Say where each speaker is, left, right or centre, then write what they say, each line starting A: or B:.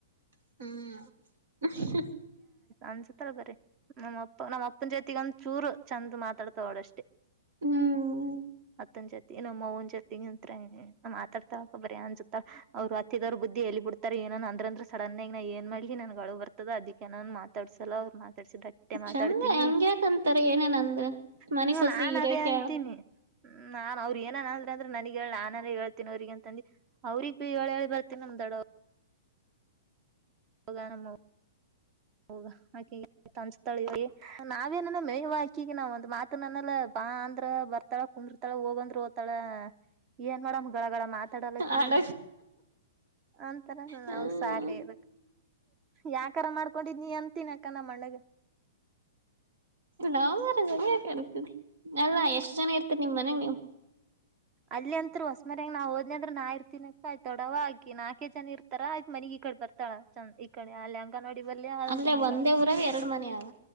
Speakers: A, on the right (about 70°); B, on the right (about 35°).
A: ಹ್ಮ್.
B: ಅಂಜಾತಲ ಬರೀ ನಮ್ಮ ಅಪ್ಪ ನಮ್ಮ್ ಅಪ್ಪನ ಜೊತೆಗ ಒಂದ ಚೂರು ಚೆಂದ ಮಾತಾಡ್ತೋಡಷ್ಟೇ.
A: ಹ್ಮ್
B: <unintelligible> ನಮ್ಮ ಒನ್ ಜರ್ತಿಂಗ ಅಂತ್ ಮಾತಾಡ್ತಾ ಬರ ಅನ್ಸುತ್ತ ಅವ್ರು ವ್ ಬುದಿ ಎಲ್ಲಿ ಬಿಡ್ಾರೆ ಏನ ಅಂದ್ರಂದ್ರ ಸಡನ್ ಆಗ ನಾ ಏನ್ ಮಾಡಲಿ ನನ್ಗಳು ಬರ್ತದ ಅದಕ್ಕೆೇನ ಮಾತಡ್ಸಲ್ಲ ಅವ ಮಾತಡ್ಸಿ ಬಟ್ಟೆ ಮಾತಾಡ್ತೀನಿ
A: ಚಂದ ಹಂಗ್ಯಾಕಂತಾರ ಏನೇನ್ ಅಂದ್ರ ಮನಿ
B: ಹ್ಮ್
A: ಸೊಸಿ
B: ನಾನ
A: ಇರಕ
B: ಅದೇ ಅಂತೀನಿ. ಹ್ಮ್ ನಾನ್ ಅವ್ರರು ಏನ ಅಂದ್ರ ಅಂದ್ರೆ ನನಗ್ ಹೇಳಳ್ ನಾನೇ ಹೇಳ್ತೀನ ಅವ್ರಿಗ ಅಂತಂದಂದು ಅವ್ರಗ್ ಬಿ ಹೇಳಿ ಬರ್. ನಮ್ಮ ದೊಡ್ಡವ. <unintelligible> ಹ ಆಕೆ ಅನ್ಸ್ತಾಳಿವ ನಾವೇನ ಮಾಡಮ್ಮ ಯವ್ವ ಆಕಿಗಿ ನಾವ ಒಂದ್ ಮಾತು ಅನ್ನೆಲ್ಲಾ ಹಾ ಅಂದ್ರ ಬರ್ತಾಳ ಕುಂದರ್ತಾಳ ಹೋಗಂದ್ರ ಓತಾಳ ಏನ್ ಮಾಡ ಗಡಗದ ಮಾತಾಡಲಕ್ಕಿ
A: ಆಡ
B: ಅಂತರ ನಮಗ
A: ಹ್ಮ್
B: ಸಾಕ ಆಗ್ಯದ. ಯಾಕಾದ್ರೂ ಮಾಡ್ಕೊಂಡಿದನಿ ಅಂತೀನಿ ಅಕ್ಕ ನಮ್ಮಅಣ್ಣಗ.
A: ಲವ್ ಮ್ಯಾರೇಜ್ ಎಲ್ಲಾಗತದೆ ಅಲ್ಲ ಎಷ್ಟ ಜನ ಇರ್ತರಿ ನಿಮ ಮನೆ ನೀವು
B: ಅಲ್ಲಿ ಅಂತ್ರು ಹೊಸ ಮನಿ ಯಾಗ ನಾ ಹೋದ್ನಂದ್ರ ನಾ ಇರ್ತೀನ ಆಯ್ತ ದೊಡ್ಡವ್ವ ಆಕಿ ನಾಲ್ಕ ಜನ ಇರ್ತಾರ ಆಯ್ತ್ ಮನಿ ಇಡೆ ಬರ್ತಳ ಚ ಇಡೆ ಆ ನೋಡಿ ಬಲ್ಲಿ
A: ಅಲ್ಲೇ
B: ನಮ್ದು
A: ಒಂದೇ ಊರಾಗ ಎರಡ್ ಮನೆ ಅವ